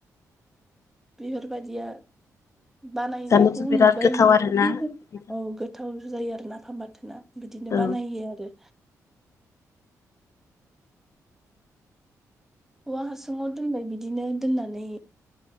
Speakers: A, in the centre; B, on the left.
A: बेफोरबादिया बानायनायखौ
B: जानोथ' बिराद
A: नुबाय
B: गोथाव
A: नुनाया
B: आरोना नोंथां
A: <unintelligible> औ गोथाव। जायो आरो नाफाम बाथोना। बिदिनो
B: औ
A: बानायो आरो औवा हासुङाव दोनबाय बिदिनो दोननानै